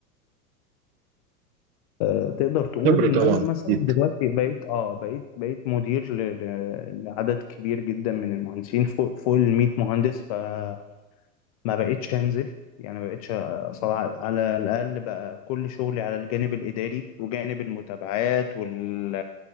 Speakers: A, on the left; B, on the right.
A: آه، تقدر تقول
B: خبرة
A: ان
B: طبعا
A: انا مثلا
B: أكيد
A: دلوقتي بقيت اه بقيت بقيت مدير ل- ل- لعدد كبير جدا من المهندسين فوق فوق ال 100 مهندس فما بقيتش انزل يعني ما بقيتش صراحة على الاقل بقى كل شغلي على الجانب الاداري وجانب المتابعات وال